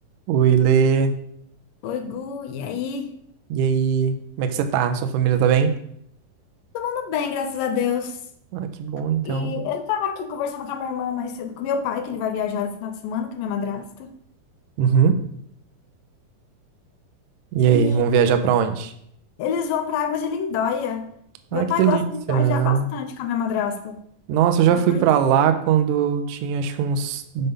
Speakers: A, on the right; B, on the left.
A: Oi, Lê.
B: Oi, Gu, e aí?
A: E aí? Como é que você tá? Sua família tá bem?
B: Tudo bem, graças a Deus.
A: Ah, que bom, então.
B: E eu tava aqui conversando com a minha irmã mais cedo, com meu pai, que ele vai viajar no final de semana, com a minha madrasta.
A: Uhum. E
B: E
A: aí, vamos viajar pra onde?
B: eles vão pra Águas de Lindóia.
A: Ah,
B: Meu
A: que
B: pai
A: delícia.
B: gosta de viajar bastante com a minha madrasta.
A: Nossa, eu já
B: Depois,
A: fui pra lá quando eu tinha, acho que uns